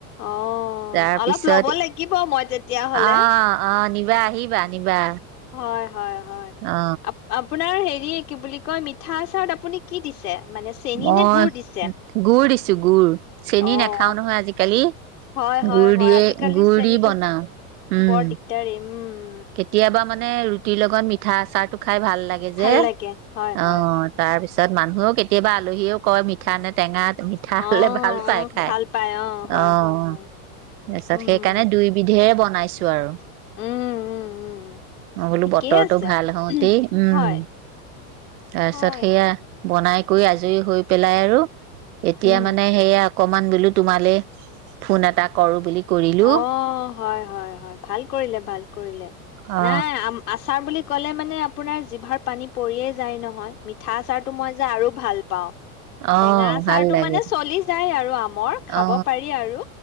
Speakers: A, on the left; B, on the right.
A: অ',
B: তাৰপিছত
A: অলপ ল'ব লাগিব মই তেতিয়া হলে
B: আহ অ নিবা আহিবা নিবা।
A: হয়, হয়। হয়
B: অ
A: আ আপোনাৰ হেৰি কি বুলি কয় মিঠা আচাৰত আপুনি কি দিছে। মানে চেনি
B: মই
A: নে গুৰ দিছে
B: গুৰ দিছো গুৰ চেনি
A: অ
B: নাখাও
A: অ
B: নহয় আজিকালি
A: হয়, হয়,
B: গুৰ
A: হয়।
B: দিয়ে
A: আজিকালি
B: গুৰ
A: চেনীটো
B: দি বনাও উ'ম
A: বৰ দিগদাৰী। উ'ম
B: কেতিয়াবা মাত হে ৰুটিৰ লগত মিঠা আচাৰটো -খাই ভাল লাগে যে
A: ভাল
B: অ',
A: লাগে। হয়,
B: তাৰপিছত
A: হয়, হয়।
B: তাৰপছত মানুহো কেতিয়াবা আলহীও কয় মিঠা নে টেঙা মিঠা
A: অ',
B: হলে ভাল পাই
A: অ',
B: খাই
A: ভাল পায়। হয়,
B: অ
A: হয়,
B: তাৰপিছত
A: হয়। উম,
B: সেইকাৰণে দুইবিধেৰে বনাই পাইছো আৰু
A: উম, উম, উম।
B: মই বোলো
A: ঠিকেই
B: বতৰটো
A: আছে।
B: ভাল হওঁতেই উ'ম
A: হয়,
B: তাৰপিছত
A: হয়।
B: সেইয়া বনাই কৰি আজৰি হৈ পেলাই আৰু এতিয়া
A: উম।
B: মানে সেয়া অকমান বোলো তোমালে ফোন এটা কৰো বুলি কৰিলো
A: অ', হয়, হয়, হয় ভাল কৰিলে, ভাল কৰিলে।
B: অ
A: নাই আ আচাৰ বুলি ক'লে মানে আপোনাৰ জিভাৰ পানী পৰিয়ে যায় নহয়। মিঠা আচাৰতটো মই যে আৰু ভাল পাওঁ
B: অ
A: টেঙা আচাৰতটো
B: ভাল লাগে
A: মানে চলি যায় আৰু আমৰ খাব
B: অ
A: পাৰি আৰু